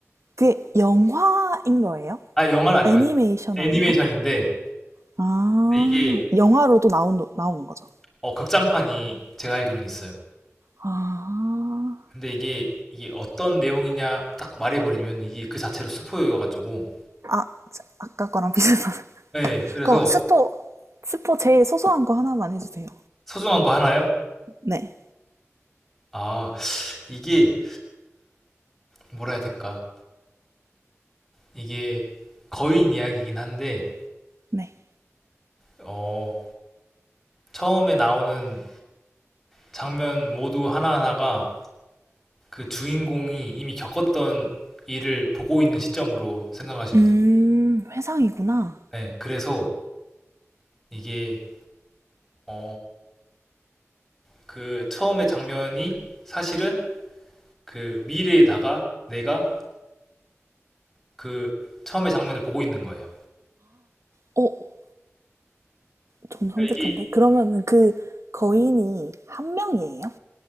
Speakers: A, on the right; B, in the centre.
A: 그게 영화인 거예요?
B: 아 영화는 아니고
A: 애니메이션
B: 애니메이션인데
A: 아닌가? 아,
B: 근데 이게
A: 영화로도 나온, 나오는 거죠.
B: 어 극장판이 제가 알기로는 있어요.
A: 아,
B: 근데 이게 이게 어떤 내용이냐 딱 말해버리면 이게 그 자체로 스포여가지고
A: 아, 자, 아까 거랑 비슷한. <laughs>
B: 네, 그래서
A: 그럼 스포, 스포 제일 소소한 거 하나만 해주세요.
B: 소중한 거 하나요?
A: 네,
B: 아 이게 뭐라 해야 될까? 이게 거인 이야기긴 한데
A: 네.
B: 어 처음에 나오는 장면 모두 하나하나가 그 주인공이 이미 겪었던 일을 보고 있는 시점으로 생각하시면
A: 음,
B: 돼요.
A: 회상이구나.
B: 네, 그래서 이게 어 그 처음에 장면이 사실은 그 미래에다가 내가 그 처음에 장면을 보고 있는 거예요.
A: 어, 좀 섬뜩한데?
B: 그러니까 이게
A: 그러면은 그 거인이 한 명이에요?